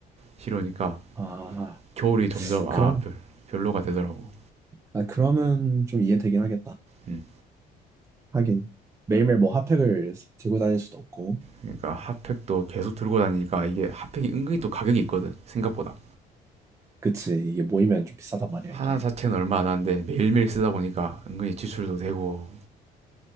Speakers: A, on the right; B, on the right.
A: 시려니까
B: 아,
A: 겨울이 점점 아,
B: 그럼,
A: 별, 별로가 되더라고.
B: 아, 그러면 좀 이해되긴 하겠다.
A: 음.
B: 하긴. 매일매일 뭐 핫팩을 들고 다닐 수도 없고.
A: 그러니까 핫팩도 계속 들고 다니니까 이게 핫팩이 은근히 또 가격이 있거든 생각보다
B: 그치. 이게 모이면 좀 비싸단 말이야,
A: 하나
B: 이게.
A: 자체는 얼마 안 하는데 매일매일 쓰다 보니까 은근히 지출도 되고